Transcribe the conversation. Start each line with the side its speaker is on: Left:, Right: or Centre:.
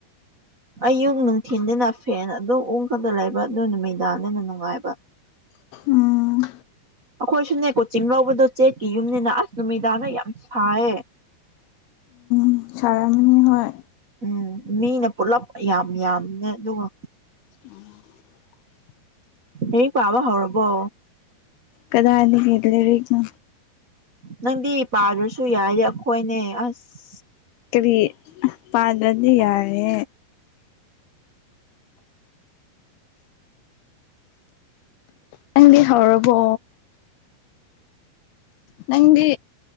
Right: ꯑꯌꯨꯛ ꯅꯨꯡꯊꯤꯟꯗꯅ ꯐꯦꯟ ꯑꯗꯨꯝ ꯎꯪꯈ꯭ꯔꯒ ꯂꯩꯕ ꯑꯗꯨ ꯅꯨꯃꯤꯗꯥꯡꯗꯅ ꯅꯨꯡꯉꯥꯏꯕ
Left: ꯎꯝ
Right: ꯑꯩꯈꯣꯏꯁꯨꯅꯦ ꯀꯣꯆꯤꯡ ꯂꯧꯕꯗꯣ ꯆꯦꯛꯀꯤ ꯌꯨꯝꯅꯤꯅ ꯑꯁ ꯅꯨꯃꯤꯗꯥꯡꯅ ꯌꯥꯝ ꯁꯥꯏꯌꯦ
Left: ꯎꯝ ꯁꯥꯔꯝꯒꯅꯤ ꯍꯣꯏ
Right: ꯎꯝ ꯃꯤꯅ ꯄꯨꯂꯞ ꯌꯥꯝ ꯌꯥꯝꯅꯦ ꯑꯗꯨꯒ
Left: <unintelligible>
Right: ꯂꯥꯏꯔꯤꯛ ꯄꯥꯕ ꯍꯧꯔꯕꯣ
Left: ꯀꯗꯥꯏꯗꯒꯤ ꯂꯥꯏꯔꯤꯛꯅꯣ
Right: ꯅꯪꯗꯤ ꯄꯥꯗ꯭ꯔꯁꯨ ꯌꯥꯏꯌꯦ ꯑꯩꯈꯣꯏꯅꯦ ꯑꯁ
Left: ꯀꯔꯤ ꯄꯥꯗ꯭ꯔꯗꯤ ꯌꯥꯔꯦ ꯅꯪꯗꯤ ꯍꯧꯔꯕꯣ ꯅꯪꯗꯤ